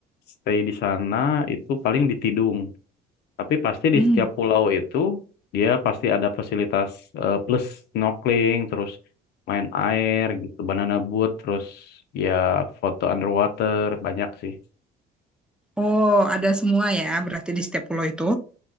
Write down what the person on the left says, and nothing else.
stay di sana itu paling di Tidung Tapi pasti
di setiap pulau itu dia pasti ada fasilitas eh, plus snorkeling, terus main air gitu, banana boat, terus ya foto underwater banyak sih.